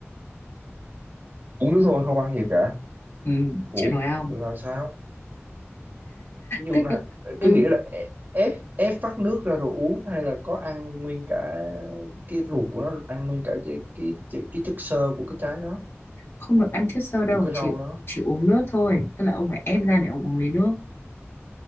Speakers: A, on the right; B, on the left.
A: uống nước thôi không ăn gì cả
B: ừ,
A: ủa
B: chịu nổi không
A: là sao nhưng
B: tức
A: mà
B: là
A: ờ,
B: ừ,
A: cái nghĩa là ép ép ép vắt nước ra rồi uống hay là có ăn nguyên cả cái ruột của nó ăn nguyên cả cái cái cái, cái chất xơ của cái trái đó
B: không được ăn chất xơ đâu
A: của cái
B: chỉ
A: rau đó
B: chỉ uống nước thôi tức là ông phải ép ra để ông uống lấy nước